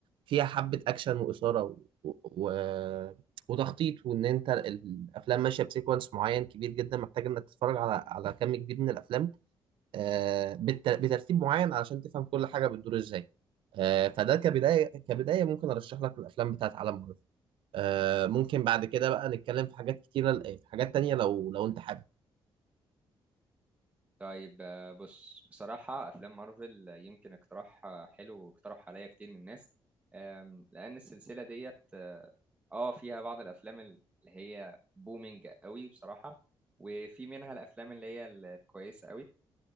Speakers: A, on the right; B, on the right.
A: فيها حبه اكشن واثاره و... و... وتخطيط وان انت الافلام ماشيه بسيكونس معين كبير جدا محتاج انك تتفرج على على كم كبير من الافلام آه، بالت- بترتيب معين علشان تفهم كل حاجه بتدور ازاي آه، فده كبدايه كبدايه ممكن ارشح لك الافلام بتاعت عالم مارفل آه، ممكن بعد كده بقى نتكلم في حاجات كتيره آه، في حاجات تانية لو لو انت حابب
B: طيب آه، بص بصراحة أفلام مارفل آه، يمكن اقتراح آه، حلو واقترح عليا كتير من الناس آم، لأن السلسلة ديت اه آه، فيها بعض الأفلام اللي هي بومينج قوي بصراحة وفي منها الأفلام اللي هي الكويسة قوي